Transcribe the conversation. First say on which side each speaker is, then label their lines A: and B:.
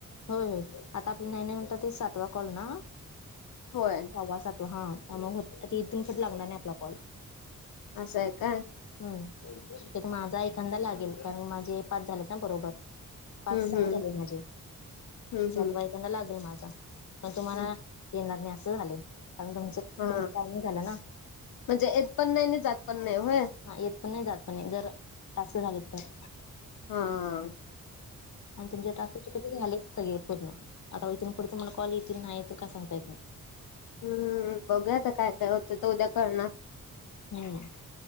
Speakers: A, on the left (about 55°); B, on the left (about 85°).
A: होय होय,, आता आपला नाही नाही म्हणतात ते सातवा कॉल ना.
B: होय,
A: सावा सातवा,, हा, मग हो हीतन फुड लागणार नाही आपला कॉल
B: असं आहे काय.
A: हम् शक्यत माझा एखादा लागेल. कारण माझे पाच झालेत. ना बरोबर पाच
B: हम्म
A: सहा
B: हम्म
A: झाले. माझे
B: हम्म
A: सातवाईकंदा
B: हम्म
A: लागेल. माझा पण तुम्हाला
B: हम्म
A: येणार नाही. असं झाले. कारण तुमच.
B: हा
A: तुमचं टायमिंग झालं ना
B: म्हणजे येत पण नाही आणि जात पण नाही होय.
A: हा, येत पण नाही, जात पण नाही,, जर टास्क झालेत तर.
B: हां,,
A: आणि तुमचे टास्क झालेत सगळे पूर्ण, आता इथून पुढे तुम्हाला कॉल येथील, नाही एतील, काय सांगता येत नाही.
B: हम्म,, बघू आता काय काय होतय? तो उद्या कळणार.
A: हम्म.